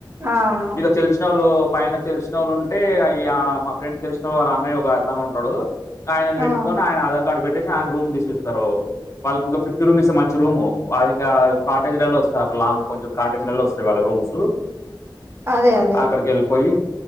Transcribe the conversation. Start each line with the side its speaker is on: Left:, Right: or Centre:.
Right: అవును
Left: ఇక తెలిసిన వాళ్ళు పైన తెలిసిన వాళ్ళు ఉంటే అ మా ఫ్రెండ్ తెలిసిన వా వాళ్ళ అన్నయ్య ఒకతనే ఉన్నాడు ఆయనది పెట్టుకొని
Right: ఆ
Left: ఆయన ఆధార్ కార్డు పెట్టేసి ఆయన రూమ్ తీసిస్తారు వాళ్ళకి ఇంకా ఫిఫ్టీ రూమ్ ఇస్తే మంచి రూము అది ఇంకా కాటేజ్లలో వస్తా లాంగ్ కొంచెం కాటేజీలలో వస్తాయి వాళ్ళ రూమ్స్
Right: అదే అదే
Left: అక్కడికి వెళ్ళిపోయి